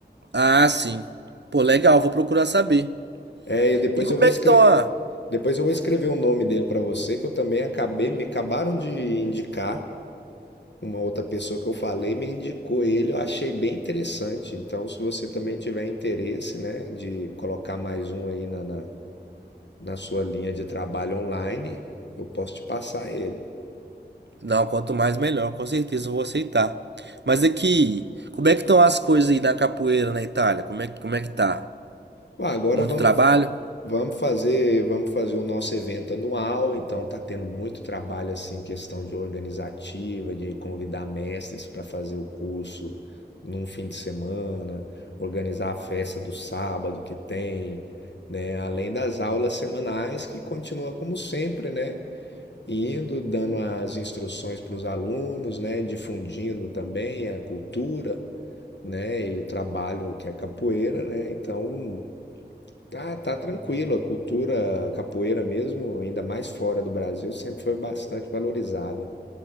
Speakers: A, on the right; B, on the left.
A: Ah, sim. Pô, legal, vou procurar saber.
B: É, e depois
A: E como
B: eu vou
A: é
B: escrever,
A: que estão a...
B: depois eu vou escrever o nome dele para você, que eu também acabei, me acabaram de indicar uma outra pessoa que eu falei me indicou ele, eu achei bem interessante. Então, se você também tiver interesse, né, de colocar mais um aí na, na, na sua linha de trabalho online, eu posso te passar ele.
A: Não, quanto mais melhor, com certeza eu vou aceitar. Mas aqui, como é que estão as coisas aí da capoeira na Itália? Como é que, como é que tá?
B: Ué, agora
A: Muito
B: vamos,
A: trabalho?
B: vamos fazer, vamos fazer o nosso evento anual, então tá tendo muito trabalho assim, questão de organizativa, de convidar mestres para fazer o curso num fim de semana, organizar a festa do sábado que tem, né? Além das aulas semanais que continua como sempre, né? Indo, dando as instruções para os alunos, né? Difundindo também a cultura. né? E o trabalho que é capoeira, né? Então, tá, tá tranquilo. A cultura capoeira mesmo, ainda mais fora do Brasil, sempre foi bastante valorizada.